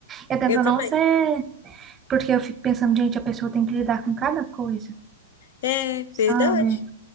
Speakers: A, on the right; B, on the left.
A: eu tento
B: Eu também.
A: não ser, porque eu fico pensando, gente, a pessoa tem que lidar com cada coisa,
B: É
A: sabe?
B: verdade.